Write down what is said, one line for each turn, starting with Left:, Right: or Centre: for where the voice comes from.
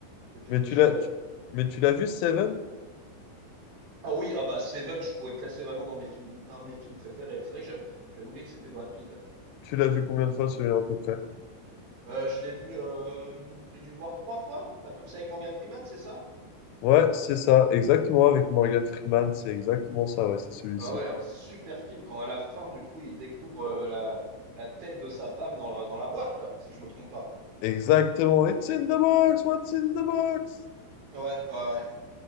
Right: que tu
Left: Mais
Right: me
Left: tu
Right: le spoil.
Left: l'as, tu- mais tu l'as vu, Seven?
Right: Ah oui, ah bah Seven, je pourrais le classer vraiment dans mes films, dans mes films préférés. C'est vrai que j'avais, j'avais oublié que c'était Brad Pitt.
Left: Tu l'as vu combien de fois celui-là à peu près?
Right: Euh, je l'ai vu, euh, j'ai dû le voir trois fois, à peu près avec Morgan Freeman, c'est ça?
Left: Ouais, c'est ça, exactement, avec Morgan Freeman, c'est exactement ça, ouais, c'est celui-ci.
Right: Ah ouais, un super film quand à la fin du coup il découvre euh, la, la tête de sa femme dans la, dans la boîte là, si je me trompe pas.
Left: Exactement, It's in the box, what's in the box?
Right: Ouais, ouais, ouais.